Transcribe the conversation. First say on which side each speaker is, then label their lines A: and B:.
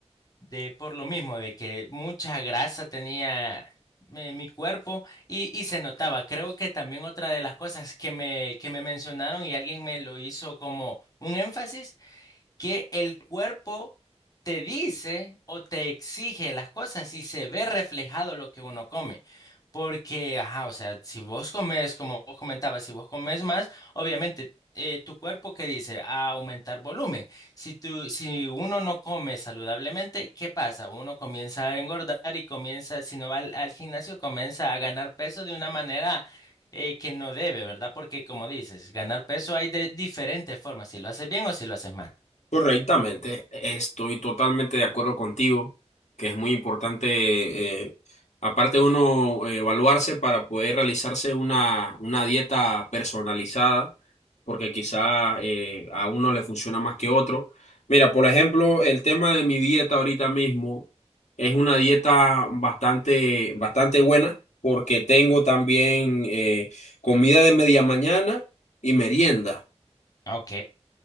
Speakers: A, on the left (about 35°); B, on the left (about 85°).
A: de por lo mismo, de que mucha grasa tenía mi, mi cuerpo y, y se notaba. Creo que también otra de las cosas que me, que me mencionaron y alguien me lo hizo como un énfasis que el cuerpo te dice o te exige las cosas y se ve reflejado lo que uno come. Porque, ajá, o sea, si vos comes, como vos comentabas, si vos comes más, obviamente eh, tu cuerpo que dice a aumentar volumen. Si tú, si uno no come saludablemente, ¿qué pasa? Uno comienza a engordar y comienza, si no va al, al gimnasio, comienza a ganar peso de una manera eh, que no debe, ¿verdad? Porque como dices, ganar peso hay de diferentes formas, si lo haces bien o si lo haces mal.
B: Correctamente, estoy totalmente de acuerdo contigo, que es muy importante, eh, aparte de uno eh, evaluarse para poder realizarse una, una dieta personalizada, porque quizá eh, a uno le funciona más que otro. Mira, por ejemplo, el tema de mi dieta ahorita mismo es una dieta bastante, bastante buena, porque tengo también eh, comida de media mañana y merienda
A: Ok,